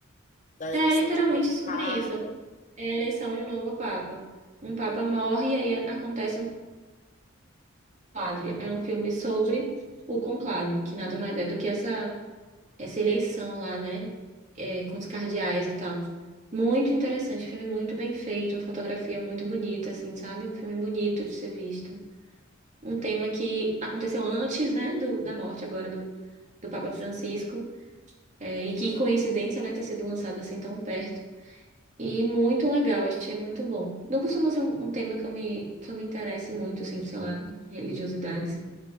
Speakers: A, on the left; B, on the right.
A: Da
B: É
A: eleição
B: literalmente
A: de um novo
B: sobre
A: Papa.
B: isso. É
A: Hum,
B: a eleição de um novo Papa. Um Papa morre e aí acontece um conclave. É um filme sobre o conclave, que nada mais é do que essa essa eleição lá, né? É, com os cardeais e tal. Muito interessante, filme muito bem feito, uma fotografia muito bonita, assim, sabe? Um filme bonito de ser visto. Um tema que aconteceu antes, né, do, da morte agora do, do Papa Francisco, é, e que coincidência, né, ter sido lançado assim tão perto. E muito legal, achei muito bom. Não costuma ser um, um tema que eu me, que eu me interesse muito, assim, sei lá, religiosidades,